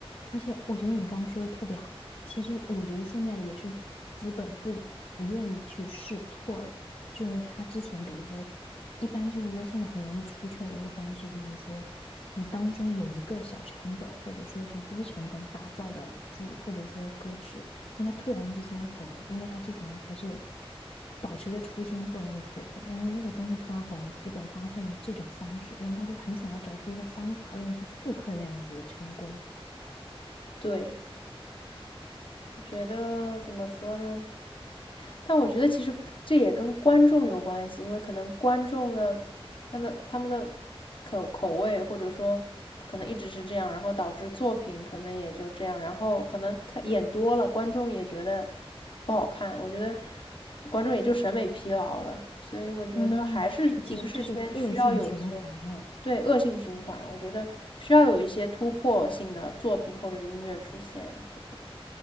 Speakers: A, on the left; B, on the left.
A: 而且我觉得你刚刚说的特别好，其实我觉得现在也是资本不不愿意去试错了，就是他之前比如说，一般就是说现在很容易出圈的一个方式，就是说你当中有一个小成本或者说是低成本打造的剧或者说歌曲，那他突然之间红了，因为他之前还是保持着初心做那个作品，然后那个东西突然红了，资本发现了这种方式，然后他就很想要找出一个方法论去复刻那样子的成功。
B: 对，我觉得怎么说呢？但我觉得其实这也跟观众有关系，因为可能观众的他的他们的口口味或者说可能一直是这样，然后导致作品可能也就这样，然后可能他演多了，观众也觉得不好看，我觉得观众也就审美疲劳了，所以我觉得还是影视圈需要有一些
A: 嗯，诶其实这是一个恶性循环，哎，
B: 对恶性循环，我觉得需要有一些突破性的作品或者音乐出现这种。